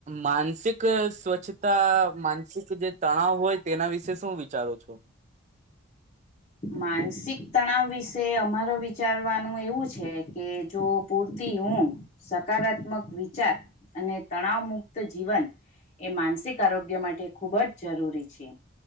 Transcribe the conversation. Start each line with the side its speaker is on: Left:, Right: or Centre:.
Right: માનસિક સ્વચ્છતા માનસિક જે તણાવ હોય તેના વિશે શું વિચારો છો.
Left: માનસિક તણાવ વિશે અમારો વિચારવાનું એવું છે, કે જો પૂરતી ઊંઘ સકારાત્મક વિચાર અને તણાવ મુક્ત જીવન એ માનસિક આરોગ્ય માટે ખૂબ જ જરૂરી છે,